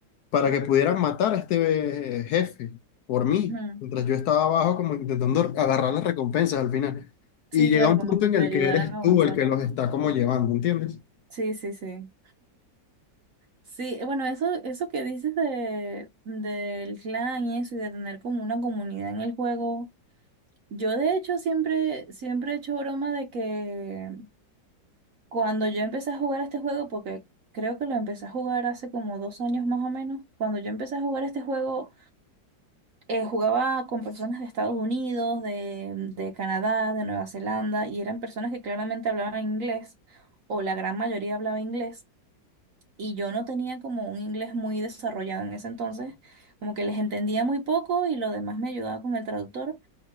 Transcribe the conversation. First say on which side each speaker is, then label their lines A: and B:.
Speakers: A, on the left; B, on the right.
A: para que pudieran matar a este eh, jefe por mí,
B: Ujú.
A: mientras yo estaba abajo como intentando agarrar las recompensas al final. Y
B: Sí,
A: llega
B: claro,
A: un
B: como
A: punto
B: que
A: en
B: te
A: el
B: ayudaran
A: que eres
B: a avanzar.
A: tú el que los está como llevando, ¿entiendes?
B: Sí, sí, sí. Sí, eh, bueno, eso, eso que dices de, del clan y eso, y de tener como una comunidad en el juego. Yo de hecho siempre, siempre he hecho broma de que cuando yo empecé a jugar este juego, porque creo que lo empecé a jugar hace como dos años más o menos, cuando yo empecé a jugar este juego, eh, jugaba con personas de Estados Unidos, de, de Canadá, de Nueva Zelanda, y eran personas que claramente hablaban inglés, o la gran mayoría hablaba inglés. y yo no tenía como un inglés muy desarrollado en ese entonces, como que les entendía muy poco y lo demás me ayudaba con el traductor.